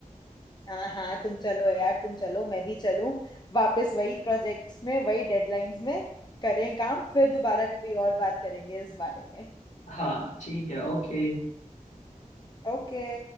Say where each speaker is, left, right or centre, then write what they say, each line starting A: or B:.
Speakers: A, on the left; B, on the left.
A: हाँ हाँ तुम चलो यार तुम चलो मैं भी चलूं वापस वही प्रोजेक्ट्स में वही डेडलाइंस में करें काम फिर दोबारा कभी और बात करेंगे इस बारे में
B: <laughs> हाँ ठीक है ओके
A: ओके